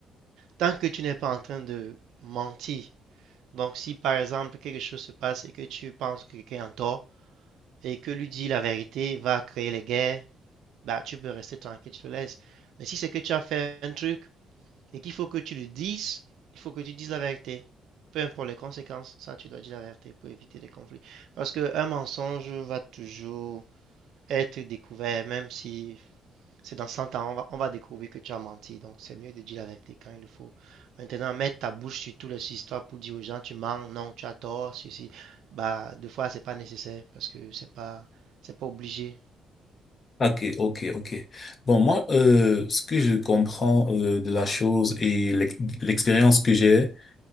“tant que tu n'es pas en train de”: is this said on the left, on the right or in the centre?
Right